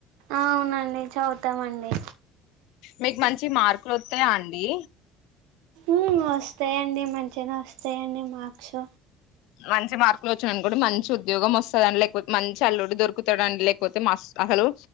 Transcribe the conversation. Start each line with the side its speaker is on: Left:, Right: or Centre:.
Right: అవునండి చదువుతామండి
Left: మీకు మంచి మార్కులు వస్తాయా అండి
Right: ఉ వస్తాయండి మంచిగానే వస్తాయండి మార్క్స్
Left: మంచి మార్కులు వచ్చాననుకోండి మంచి ఉద్యోగం వస్తది లేకపోతే మంచి అల్లుడు దొరుకుతదండి లేకపోతే మస్ అసలు